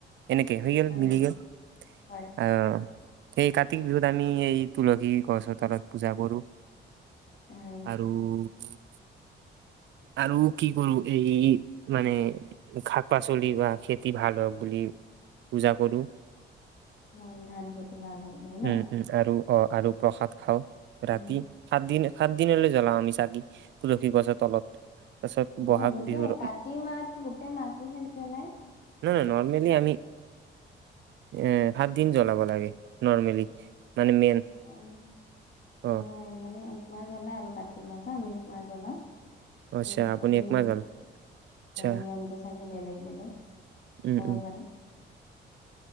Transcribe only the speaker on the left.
হয়
হয়
হয় আচ্ছা
হয়। ধান খেতি ভাল হওঁক বুলি ন।
উম
নোহো,
গোটে
কাতি মাটো গোটে মাটোহে জ্বলাই!
অকমান
নহয় মানে এক মা জলা আৰু কাটি মাটু। আমি এক মা জ্বলাও।
উম
চাগে
নি,
নিয়মটো চাগে বেলেগ। বেলেক
হ'ব
পাৰেে!